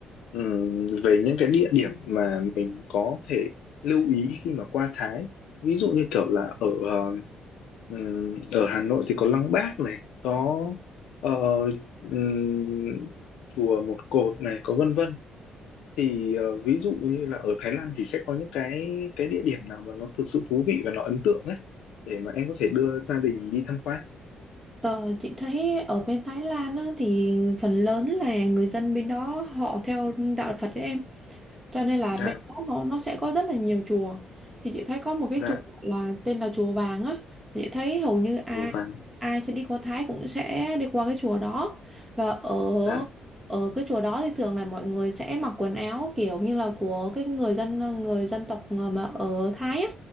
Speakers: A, on the left; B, on the right.
A: Ừm, về những cái địa điểm mà mình có thể lưu ý khi mà qua Thái ví dụ như kiểu là ở ờ, ừm, ở Hà Nội thì có Lăng Bác này có ờ, ừm, chùa Một Cột này có vân vân thì ờ, ví dụ như là ở Thái Lan thì sẽ có những cái cái địa điểm nào mà nó thực sự thú vị và nó ấn tượng ấy để mà em có thể đưa gia đình đi tham quan
B: Ờ, chị thấy ở bên Thái Lan á, thì phần lớn là người dân bên đó họ theo đạo Phật đấy em cho nên là
A: dạ
B: bên đó họ- nó sẽ có rất là nhiều chùa thì chị thấy có một cái
A: dạ
B: chùa là tên là chùa Vàng á thì chị thấy hầu như ai
A: chùa vàng
B: ai sẽ đi qua Thái cũng sẽ đi qua cái chùa đó và ở
A: dạ
B: ở cái chùa đó thì thường là mọi người sẽ mặc quần áo kiểu như là của cái người dân người dân tộc ờ, mà ở Thái á